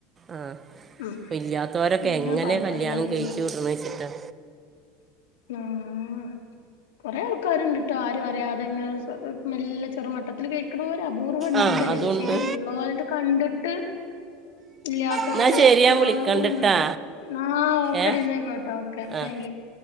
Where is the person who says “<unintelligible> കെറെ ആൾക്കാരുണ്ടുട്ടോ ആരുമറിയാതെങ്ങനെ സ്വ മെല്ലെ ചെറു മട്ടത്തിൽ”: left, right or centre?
Left